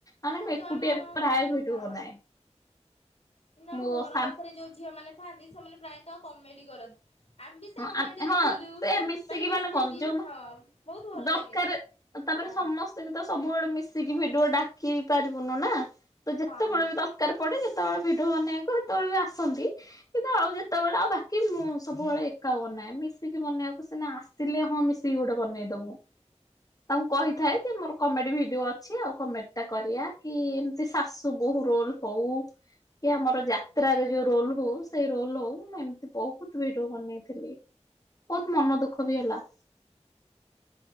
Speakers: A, on the left; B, on the left.
A: ମାନେ
B: କିନ୍ତୁ
A: ମୁଁ ଏକୁଟିଆ
B: ଆମ
A: ପ୍ରାୟ ଭିଡିଓ
B: ହଁ
A: ବନାଏ
B: କିନ୍ତୁ ଆମ
A: ମୋ
B: ଘର
A: ସା
B: ପାଖରେ ଯୋଉ ଝିଅ ମାନେ ଥାଆନ୍ତି ସେମାନେ ପ୍ରାୟତଃ କମେଡି କରନ୍ତି। ଆମେ ବି ସେ
A: ହଁ
B: କମେଡିରେ
A: ହଁ
B: ଥିଲୁ
A: ସେ
B: ମାନେ ମିଶିକି
A: କଣ ଯୋଉ
B: ହଁ ବହୁତ ଭଲ
A: ଦରକାର
B: ଲାଗେ।
A: ତାପରେ
B: ହଁ
A: ସମସ୍ତ ସଙ୍ଗେ ତ ସବୁବେଳେ ମିଶିକି ଭିଡିଓ ଡାକି ପାରିବୁନୁ ନା ତ ଯେତେବେଳେ
B: ହଁ
A: ବି ତ ଦରକାର ପଡେ ଯେତେବେଳେ ଭିଡିଓ ବନେଇବାକୁ ସେତେବେଳେ ବି ଆସନ୍ତି। କିନ୍ତୁ ଆଉ ଯେତେବେଳେ ଆଉ ବାକି ମୁଁ ସବୁବେଳେ ଏକା ବନାଏ ମିଶିକି ବନେଇବାକୁ ସିନା ଆସିଲେ ହଁ ମିଶ ମିଶିକି ଗୋଟେ ବନେଇଦବୁ ତାଙ୍କୁ କହିଥାଏ
B: ହଁ
A: ଯେ ମୋର କମେଡି ଭିଡିଓ ଅଛି ଆଉ କମେଡିଟା କରିଆ କି ଏମତି ଶାଶୁ ବୋହୁ ରୋଲ ହଉ। କି ଆମର ଯାତ୍ରାରେ ଯୋଉ ରୋଲ ହଉ ସେଇ ରୋଲ ହଉ ବହୁତ ଭିଡିଓ ବନେଇଥିଲି ବହୁତ ମନ ଦୁଃଖ ବି ହେଲା।